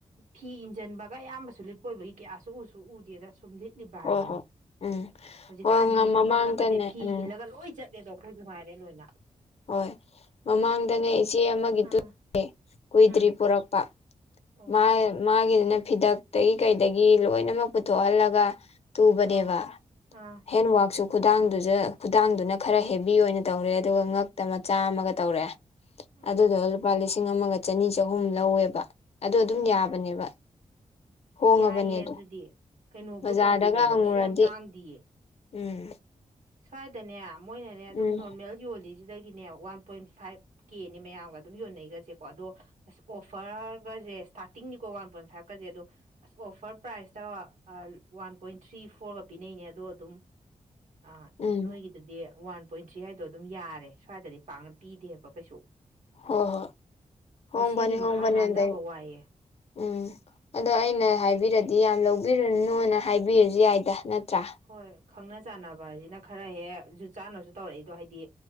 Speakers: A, on the right; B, on the left.
A: ꯐꯤ ꯏꯟꯁꯤꯟꯕꯒ ꯑꯌꯥꯝꯕꯁꯨ ꯂꯤꯠꯄ ꯑꯣꯏꯕꯒꯤ ꯀꯌꯥꯁꯨ ꯎꯁꯨ ꯎꯗꯦꯗ ꯁꯨꯝ ꯂꯤꯠ ꯂꯤꯠꯂꯤꯕ
B: ꯍꯣꯏ
A: ꯍꯥꯏꯗꯨꯅꯤ
B: ꯍꯣꯏ ꯎꯝ
A: ꯍꯧꯖꯤꯛꯒꯥꯟꯗꯤ
B: ꯍꯣꯏ ꯃꯃꯥꯡꯗꯅꯦ
A: ꯊꯕꯛ ꯆꯠꯄꯁꯦ ꯐꯤ
B: ꯎꯝ
A: ꯏꯜꯂꯒ ꯂꯣꯏ ꯆꯠ ꯗꯣ ꯑꯩꯈꯣꯏꯁꯨ ꯉꯥꯏꯔꯦ ꯂꯣꯏꯅ
B: ꯍꯣꯏ ꯃꯃꯥꯡꯗꯅꯦ ꯏꯆꯦ ꯑꯃꯒꯤ
A: ꯎꯝ
B: ꯇꯨꯢ ꯀꯨꯏꯗ꯭ꯔꯤ
A: ꯎꯝ
B: ꯄꯣꯔꯛꯄ
A: ꯑꯣ
B: ꯃꯥꯒꯤ ꯃꯥꯒꯤꯗꯨꯅ ꯐꯤꯗꯛꯇꯒꯤ ꯀꯩꯗꯒꯤ ꯂꯣꯏꯅꯃꯛ ꯄꯨꯊꯣꯛꯍꯜꯂꯒ ꯇꯨꯕꯅꯦꯕ
A: ꯑꯥ ꯑꯥ
B: ꯍꯦꯟꯋꯥꯛꯁꯨ ꯈꯨꯗꯥꯡꯗꯨꯗ ꯈꯨꯗꯥꯡꯗꯨꯅ ꯈꯔ ꯍꯦꯕꯤ ꯑꯣꯏꯅ ꯇꯧꯔꯦ ꯑꯗꯨꯒ ꯉꯛ ꯇ ꯃꯆꯥ ꯑꯃꯒ ꯇꯧꯔꯛꯑꯦ
A: ꯑꯣ
B: ꯑꯗꯨꯗꯨꯒ ꯂꯨꯄꯥ ꯂꯤꯁꯤꯡ ꯑꯃꯒ ꯆꯅꯤ ꯆꯍꯨꯝ ꯂꯧꯋꯦꯕ ꯑꯗꯣ ꯑꯗꯨꯝ
A: ꯎꯝ
B: ꯌꯥꯕꯅꯦꯕ ꯍꯣꯡꯉꯥꯕꯅꯦ
A: ꯌꯥꯏꯌꯦ
B: ꯑꯗꯣ
A: ꯑꯗꯨꯗꯤ ꯀꯩꯅꯣꯕꯨ
B: ꯕꯖꯥꯔꯗꯒ
A: ꯇꯧꯗꯦ ꯀꯩꯅꯣ
B: ꯍꯪꯉꯨꯔꯗꯤ
A: ꯀꯩꯁꯨ ꯌꯥꯝ ꯇꯥꯡꯗꯤꯌꯦ
B: ꯎꯝ
A: ꯁ꯭ꯋꯥꯏꯗꯅꯦ ꯃꯣꯏꯅꯅꯦ ꯑꯗꯨꯝ
B: ꯎꯝ
A: ꯅꯣꯔꯃꯦꯜ ꯌꯣꯜꯂꯤꯖꯤꯗꯒꯤꯅꯦ ꯋꯥꯟ ꯄꯣꯏꯟ ꯐꯥꯏꯚ ꯀꯦꯅꯤ ꯃꯌꯥꯝꯒ ꯑꯗꯨꯝ ꯌꯣꯟꯅꯩꯒꯁꯦꯀꯣ ꯑꯗꯣ ꯑꯁ ꯑꯣꯐꯔꯒꯁꯦ ꯏꯁꯇꯥꯔꯇꯤꯡꯅꯤꯀꯣ ꯋꯥꯟ ꯄꯣꯏꯟ ꯐꯥꯏꯚꯀꯁꯦ ꯑꯗꯣ ꯑꯁ ꯑꯣꯐꯔ ꯄ꯭ꯔꯥꯏꯖꯇ ꯑꯥ ꯋꯥꯟ ꯄꯣꯏꯟ ꯊ꯭ꯔꯤ ꯐꯣꯔꯒ ꯄꯤꯅꯩꯅꯦ ꯑꯗꯣ ꯑꯗꯨꯝ ꯑꯥ
B: ꯎꯝ
A: ꯅꯣꯏꯒꯤ ꯑꯗꯨꯗꯤ ꯋꯥꯟ ꯄꯣꯏꯟ ꯊ꯭ꯔꯤ ꯍꯥꯏꯗꯣ ꯑꯗꯨꯝ ꯌꯥꯔꯦ ꯁ꯭ꯋꯥꯏꯗꯗꯤ ꯄꯥꯛꯅ ꯄꯤꯗꯦꯕ ꯀꯩꯁꯨ
B: ꯍꯣꯏ ꯍꯣꯏ ꯍꯣꯡꯕꯅꯤ
A: ꯂꯤꯁꯤꯡꯒꯤ ꯃꯈꯥ
B: ꯍꯣꯡꯕꯅꯤ
A: ꯂꯥꯟꯗꯕ
B: ꯑꯗꯩ
A: ꯋꯥꯏꯌ‌ꯦ ꯫
B: ꯎꯝ ꯑꯗꯣ ꯑꯩꯅ ꯍꯥꯏꯕꯤꯔꯗꯤ ꯌꯥꯝ ꯂꯧꯕꯤꯔꯅꯨꯅ ꯍꯥꯏꯕꯤꯔꯁꯨ ꯌꯥꯏꯗ ꯅꯠꯇ꯭ꯔꯥ?
A: ꯍꯣꯏ ꯈꯪꯅ ꯆꯥꯟꯅꯕ ꯍꯥꯏꯖꯤꯅ ꯈꯔ ꯍꯦꯛ ꯖꯨꯠ ꯆꯥꯅꯁꯨ ꯇꯧꯔꯛꯏꯗꯣ ꯍꯥꯏꯗꯤ